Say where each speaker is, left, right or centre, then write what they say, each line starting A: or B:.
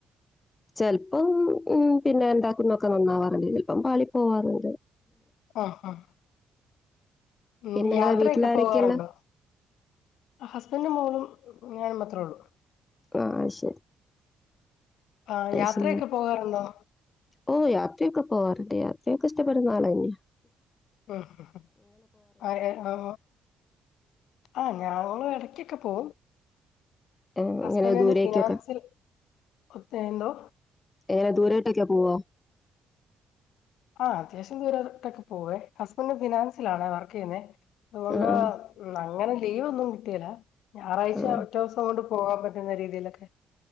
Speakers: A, on the left; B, on the left.
A: ചെിലപ്പം ഉ പിന്നെ എന്താക്കുന്നൊക്കെ നന്നാവാറുണ്ട് ചിലപ്പം പാളി പോവാറുണ്ട്.
B: ആ ഹ ഹ ഉം
A: പിന്നെ ഇങ്ങളെ
B: യാത്രയൊക്കെ
A: വീട്ടിലാരൊക്കെള്ളെ?
B: പോവാറുണ്ടോ ആ ഹസ്ബൻഡ്റെ മോളും ഞാൻ മാത്രേ ഉള്ളൂ
A: ആ ശരി
B: ആഹ്
A: <unintelligible>
B: യാത്രയൊക്കെ പോകാറുണ്ടോ?
A: ഓ യാത്രക്കേ പോവാറുണ്ട് യാത്ര യാത്രയൊക്കെ ഇഷ്ടപ്പെടുന്ന ആൾ തന്നെ
B: ഹും ഹു ആരെ ആ ആ ആഹ ഞ ഇടക്കൊക്കെ പോകവും
A: ഏഹ്
B: ഹസ്ബൻഡന്റെ
A: ഇങ്ങനെ ദൂരേക്കൊക്കെ?
B: ഫിനാൻസിൽ ഒത്ത എന്തോ
A: ഏറെ ദൂരമായിട്ടൊക്കെ പോവ
B: ആ് അത്യാവശ്യംൂരത്തൊക്കെ പോേ ഹസ്ബൻഡ് ഫിനാൻസില ആാണ് വർക്ക് ചെയ്യുന്നത് അതുകൊണ്ട്
A: ആഹ്
B: അങ്ങനെ ലീവ് ഒന്നും കിട്ടില്ല ഞായറാഴ്ച
A: ആഹ് ആഹ്
B: ഒറ്റ ദിവസം കൊണ്ട് പറ്റുന്ന രീതിയിലൊക്കെ